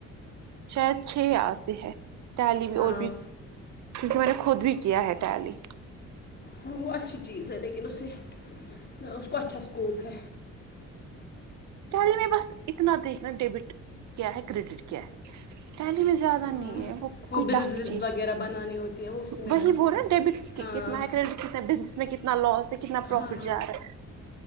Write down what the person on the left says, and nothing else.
ہاں
ہاں وہ اچھی چیز ہے لیکن اسے ن اس کا اچھا سکوپ ہے
ہاں
بلز
ولز
وغیرہ بنانی ہوتی ہیں وہ اسی میں
بنتی
ہیں
ہاں
ہاں